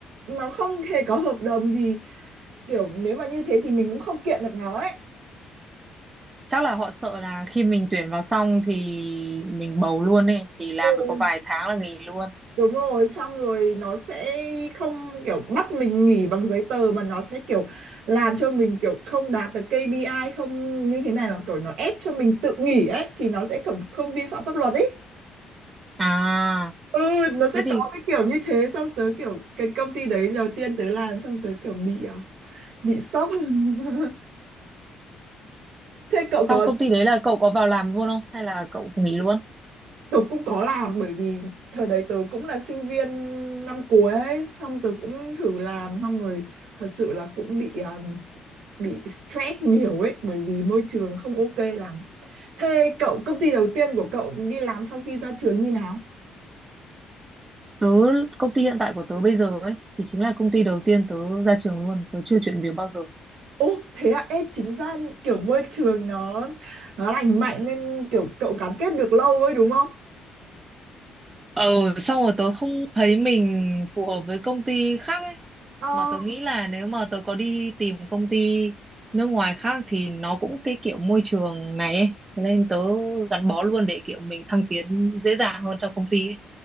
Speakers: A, on the right; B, on the right.
A: nó không hề có hợp đồng gì kiểu nếu mà như thế thì mình cũng không kiện được nó ấy
B: chắc là họ sợ là khi mình tuyển vào xong thì mình bầu luôn ấy thì làm
A: ừ.
B: được có vài tháng là nghỉ luôn
A: Đúng rồi, xong rồi nó sẽ không kiểu bắt mình nghỉ bằng giấy tờ mà nó sẽ kiểu làm cho mình kiểu không đạt được KPI không như thế này mà kiểu nó ép cho mình tự nghỉ ấy thì nó sẽ không không vi phạm pháp luật ấy.
B: à
A: Ừ, nó sẽ
B: thế thì
A: có cái kiểu như thế xong tớ kiểu cái công ty đấy đầu tiên tớ làm xong tớ kiểu bị à, bị sốc. <laughs> Thế cậu
B: trong
A: có
B: công ty đấy là cậu có vào làm luôn không hay là cậu nghỉ luôn
A: tớ cũng có làm bởi vì thời đấy tớ cũng là sinh viên năm cuối ấy xong tớ cũng thử làm xong rồi thật sự là cũng bị ờ, bị stress nhiều ấy bởi vì môi trường không ok lắm thế cậu công ty đầu tiên của cậu đi làm sau khi ra trường như nào
B: tớ công ty hiện tại của tớ bây giờ ấy thì chính là công ty đầu tiên tớ ra trường luôn tớ chưa chuyển việc bao giờ
A: Ồ thế à ê chính ra kiểu môi trường nó nó lành mạnh nên kiểu cậu gắn kết được lâu ấy đúng không
B: ờ xong rồi tớ không thấy mình phù hợp với công ty khác ấy
A: Ờ,
B: mà tớ nghĩ là nếu mà tớ có đi tìm công ty nước ngoài khác thì nó cũng cái kiểu môi trường này ấy thế nên tớ gắn bó luôn để kiểu mình thăng tiến dễ dàng hơn trong công ty ấy